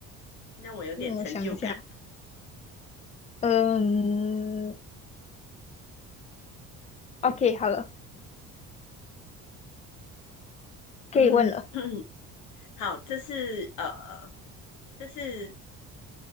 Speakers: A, on the left; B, on the left.
A: 让我有点成就感。
B: 嗯，我想一下，嗯，OK，好了，可以问了。
A: 嗯，<clears throat> 好，这是呃，这是